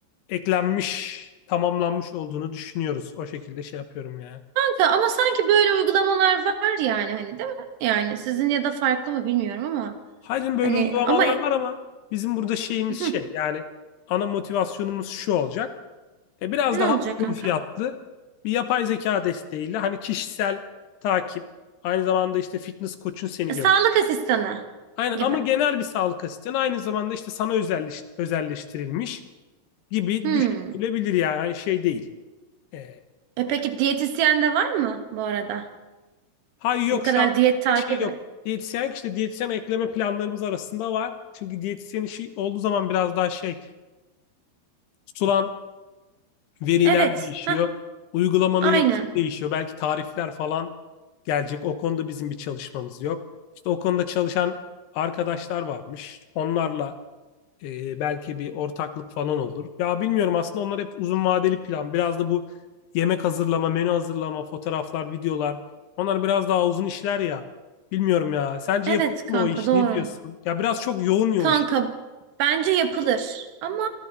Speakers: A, on the left; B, on the right.
A: eklenmiş, tamamlanmış olduğunu düşünüyoruz. O şekilde şey yapıyorum yani.
B: Ta- Ama sanki böyle uygulamalar var yani hani değil mi? Yani sizin ya da farklı mı bilmiyorum ama
A: Hayır böyle
B: hani
A: uygulamalar
B: ama e-
A: var ama bizim burada şeyimiz
B: Hı,
A: şey yani ana motivasyonumuz şu olacak. E, biraz
B: ne
A: daha
B: olacak
A: uygun
B: kanka?
A: fiyatlı bir yapay zeka desteğiyle hani kişisel takip, aynı zamanda işte fitness koçun seni
B: E, sağlık
A: görüyor.
B: asistanı
A: Aynen
B: gibi.
A: ama genel bir sağlık asistanı aynı zamanda işte sana özelleş, özelleştirilmiş gibi
B: Hmm.
A: düşünülebilir yani Hani şey değil. E,
B: E peki diyetisyen de var mı bu arada?
A: hayır yok
B: E, bu kadar
A: şu an
B: diyet takibi.
A: şey yok. Diyetisyen işte diyetisyen ekleme planlarımız arasında var. Çünkü diyetisyen işi olduğu zaman biraz daha şey tutulan Veriler
B: Evet.
A: değişiyor.
B: Ha,
A: Uygulamanın
B: aynen.
A: yapısı değişiyor. Belki tarifler falan gelecek. O konuda bizim bir çalışmamız yok. İşte o konuda çalışan arkadaşlar varmış. Onlarla e, belki bir ortaklık falan olur. Ya bilmiyorum aslında onlar hep uzun vadeli plan. Biraz da bu yemek hazırlama, menü hazırlama, fotoğraflar, videolar. Onlar biraz daha uzun işler ya. Bilmiyorum ya. Sence
B: Evet
A: yapılır
B: kanka
A: mı o iş?
B: doğru.
A: Ne diyorsun? Ya biraz çok yoğun ya
B: Kanka
A: o iş.
B: bence yapılır ama